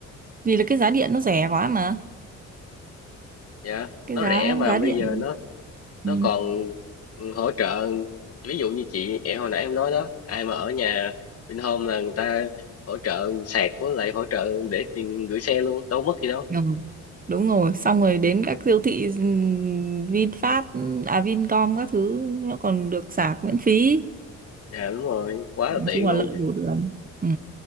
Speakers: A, on the right; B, on the left.
A: vì là cái giá điện nó rẻ quá mà
B: dạ
A: cái
B: nó
A: giá
B: rẻ mà
A: giá
B: bây
A: điện
B: giờ nó nó
A: ừ.
B: còn ừ, hỗ trợ ví dụ như chị em hồi nãy em nói đó ai mà ở nhà Vinhome là người ta hỗ trợ sạc với lại hỗ trợ để tiền gửi xe luôn đâu mất gì đâu
A: Ừ. đúng rồi xong rồi đến các siêu thị ừm, VinFast à Vincom các thứ nó còn được sạc miễn phí
B: dạ đúng rồi quá
A: nói
B: là tiện
A: chung
B: luôn
A: là lợi đủ đường ừ.